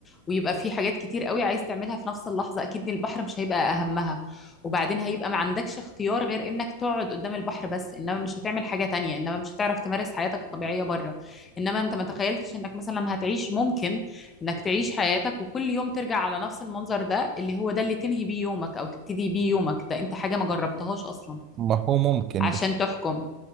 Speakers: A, on the left; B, on the right.
A: ويبقى في حاجات كتير قوي عايز تعملها في نفس اللحظه اكيد إن البحر مش هيبقى اهمها وبعدين هيبقى ما عندكش اختيار غير انك تقعد قدام البحر بس انما مش هتعمل حاجه تانية انما مش هتعرف تمارس حياتك الطبيعيه بره انما انت ما تخيلتش انك مثلا هتعيش ممكن انك تعيش حياتك وكل يوم ترجع على نفس المنظر ده اللي هو ده اللي تنهي بيه يومك او تبتدي بيه يومك ده انت حاجه ما جربتهاش اصلا
B: ما هو ممكن
A: عشان تحكم